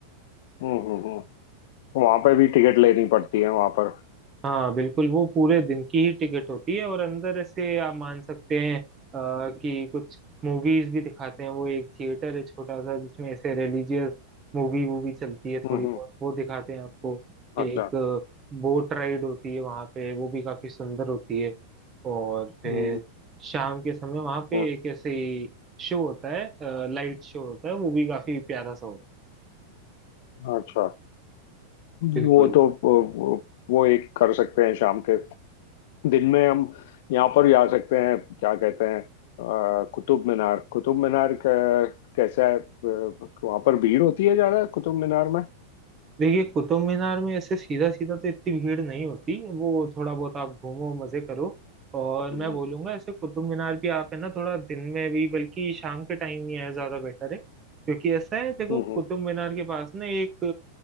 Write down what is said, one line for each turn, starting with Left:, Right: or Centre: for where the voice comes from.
Left: हम्म हम्म हम्म तो वहाँ पे भी टिकट लेनी पड़ती है वहाँ पर
Right: हाँ बिल्कुल वो पूरे दिन की ही टिकट होती है और अंदर ऐसे आप मान सकते हैं आ, कि कुछ मूवीज भी दिखाते हैं वो एक थिएटर है छोटा सा जिसमें ऐसे रिलीजियस मूवी वूवी चलती है थोड़ी
Left: हम्म हम्म
Right: बहुत वो दिखाते हैं आपको एक
Left: अच्छा
Right: बोट राइड होती है वहाँ पे वो भी काफी सुंदर होती है और फिर
Left: हम्म
Right: शाम के समय वहाँ पे
Left: हम्म,
Right: एक ऐसे शो होता है लाइट शो होता है वो भी काफी प्यारा सा होता है
Left: अच्छा वो
Right: बिल्कुल
Left: तो वो, वो एक कर सकते हैं शाम के दिन में हम यहाँ पर भी आ सकते हैं क्या कहते हैं अ, कुतुब मीनार कुतुब मीनार क- कैसा है अ, वहाँ पर भीड़ होती है ज्यादा कुतुब मीनार में
Right: देखिए कुतुब मीनार में ऐसे सीधा सीधा तो इतनी भीड़ नहीं होती वो थोड़ा बहुत आप घूमो मजे करो और
Left: हम्म
Right: मैं बोलूंगा ऐसे कुतुब मीनार भी आप है ना थोड़ा दिन में भी बल्कि शाम के टाइम ही है ज्यादा बेटर है क्योंकि ऐसा है देखो
Left: हम्म, हम्म,
Right: कुतुब मीनार के पास ना एक